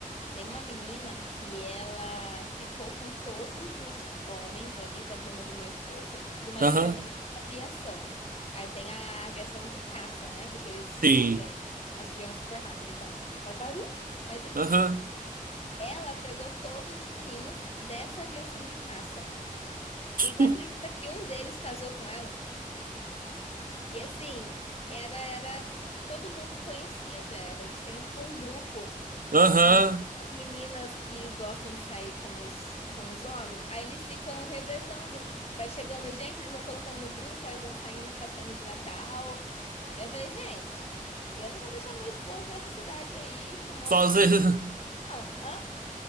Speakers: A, on the left; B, on the right.
A: tem uma menina que ela ficou com todos os homens ali da turma do meu esposo de uma
B: Aham.
A: determinada aviação. Aí tem a aviação de caça, né? Que é aqueles
B: Sim.
A: é, avião super rápido e tal. Faz barulho, mas enfim.
B: Aham.
A: Ela pegou todos os meninos dessa aviação de caça. E tu
B: <laughs>
A: acredita que um deles casou com ela? E assim, era, era, todo mundo conhecia já ela. Eles têm tipo um grupo
B: Aham.
A: que as meninas que gostam de sair com os, com os homens, aí eles ficam revezando. Vai chegando gente, eles vão colocando no grupo, aí vão saindo que tá saindo de Natal. Eu falei, gente, eu não vou deixar meu esposo nessa cidade aí com um monte
B: Só
A: de
B: as- <laughs>
A: gente. Não, ah,